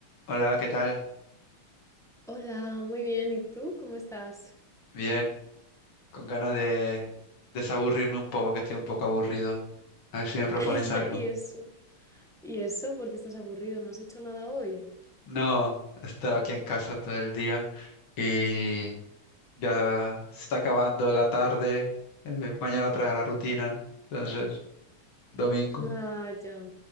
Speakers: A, on the left; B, in the centre.
A: Hola, ¿qué tal?
B: Hola, muy bien. ¿Y tú? ¿Cómo estás?
A: Bien, con ganas de
B: <laughs>
A: desaburrirme un poco, que estoy un poco aburrido. A ver si me propones
B: Y
A: algo.
B: eso, y eso, porque estás aburrido, no has hecho nada hoy.
A: No, he estado aquí en casa todo el día y ya se está acabando la tarde. eh, mañana otra vez a la rutina. Entonces, domingo.
B: Ah, ya,